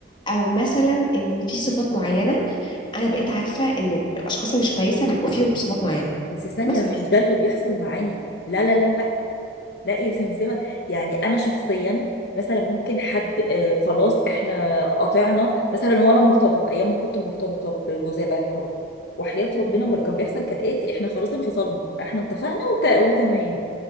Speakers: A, on the left (about 25°); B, on the left (about 55°).
A: او مثلا ان في صفات معينه انا بقيت عارفه انه الاشخاص اللي مش كويسه بيبقوا فيهم صفات معينه
B: بس ثانية
A: مثلا
B: مش ده اللي بيحصل معانا لا لا لا لا لا يا سمسمة يعني أنا شخصيا مثلا ممكن حد آه خلاص احنا قطعنا مثلا وأنا مرتبطة أيام ما كنت مرتبطة بجوزي الله يرحمه وحياة ربنا
A: مهم.
B: هو اللي كان بيحصل كالآتي احنا خلاص انفصلنا احنا اتفقنا وت... وتمام